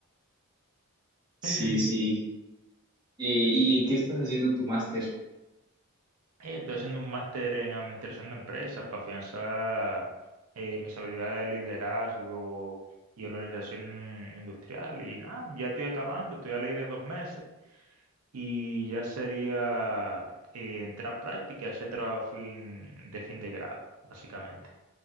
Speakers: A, on the right (about 20°); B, on the right (about 80°).
A: Sí,
B: <laughs>
A: sí. Eh, ¿y en qué estás haciendo tu máster?
B: Eh, estoy haciendo un máster en administración de empresas para afianzar eh, mis habilidades de liderazgo y organización industrial. Y nada, ya estoy acabando, estoy a ley de dos meses y ya sería eh, entrar a práctica y hacer trabajo fin, de fin de grado, básicamente.